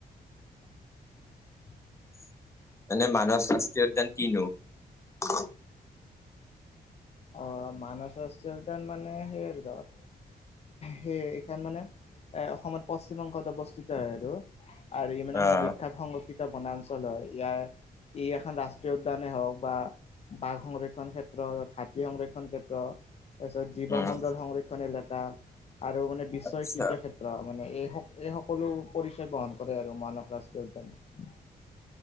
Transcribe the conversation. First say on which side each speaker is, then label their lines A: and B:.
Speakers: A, on the left; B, on the left.
A: মানে মানহ ৰাষ্ট্ৰীয় উদ্যান কিনো? <unintelligible>
B: অ মানৱ ৰাষ্ট্ৰীয় উদ্যান মানে সেই আৰু ধৰ সেইয়ে এইখন মানে এ অসমত পশ্চিম অংশত অৱস্থিত হয় আৰু। আৰু ইমান
A: অ'
B: এখন বিখ্যাত সংৰক্ষিত এ বনাঞ্চল হয় ইয়াৰ ই এখন ৰাষ্ট্ৰীয় উদ্যানে হওক বা বাঘ সংৰক্ষণ ক্ষেত্ৰত হাত সংৰক্ষণ ক্ষেত্ৰ তাৰপিছত জীৱ
A: উম,
B: মণ্ডল সংৰক্ষণ এলেকা। আৰু মানে বিশ্ব
A: আচ্ছা
B: ঐতিহ্য ক্ষেত্ৰ মানে এই এই সকলো পৰিচয় বহন কৰে আৰু মানৱ ৰাষ্ট্ৰীয় উদ্যানে।